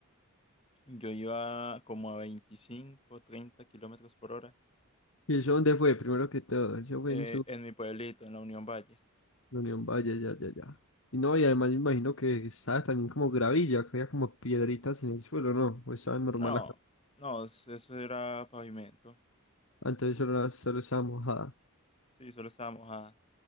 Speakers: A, on the left; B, on the left.
A: Yo iba como a veinticinco treinta kilómetros por hora
B: ¿Y eso dónde fue? Primero que todo, eso fue
A: eh,
B: en su
A: en mi pueblito, en la Unión Valle.
B: Unión Valle ya, ya, ya. Y no, y además me imagino que estaba también como gravilla, que había como piedritas en el suelo, ¿no? O estaba normal
A: No,
B: acá.
A: no, es- eso era pavimento.
B: Ah, Entonces solo, era- solo estaba mojada.
A: Sí, solo estaba mojada.